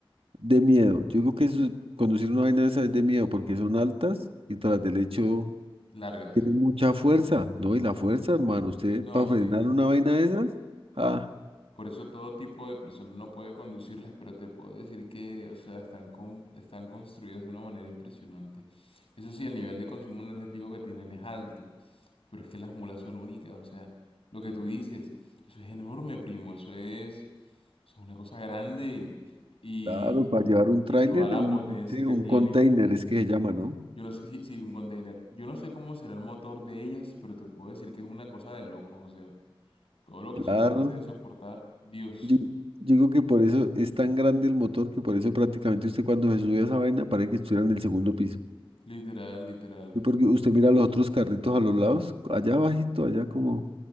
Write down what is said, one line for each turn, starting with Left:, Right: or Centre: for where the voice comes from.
Right: de miedo. Yo creo que eso, conducir una vaina de esa es de miedo porque son altas y tras del hecho
Left: largas.
Right: tiene mucha fuerza. No,
Left: Sí,
Right: y la fuerza,
Left: sí.
Right: hermano, usted
Left: No,
Right: para
Left: sí,
Right: frenar
Left: sí.
Right: una vaina de esas, ah,
Left: Por eso todo tipo de persona no puede conducirlas, pero te puedo decir que, o sea, están, con- están construidas de una manera impresionante. Eso sí, el nivel de consumo energético que tienen es alto, pero es que las mulas son únicas, o sea, lo que tú dices, eso es enorme, primo, eso es, eso es una cosa grande y,
Right: claro, para llevar un tráiler,
Left: y toda la
Right: un,
Left: potencia
Right: sí,
Left: que
Right: un
Left: tiene.
Right: container es que se llama, ¿no?
Left: Yo no sé, sí, sí, un container. Yo no sé cómo será el motor de ellas, pero te puedo decir que es una cosa de locos. O sea, todo lo que
Right: Claro.
Left: son capaces de soportar, Dios.
Right: Yo, yo creo que por eso es tan grande el motor que por eso prácticamente usted cuando se sube a esa vaina parece que estuviera en el segundo piso.
Left: Literal, literal.
Right: Sí, porque usted mira los otros carritos a los lados, allá abajito, allá como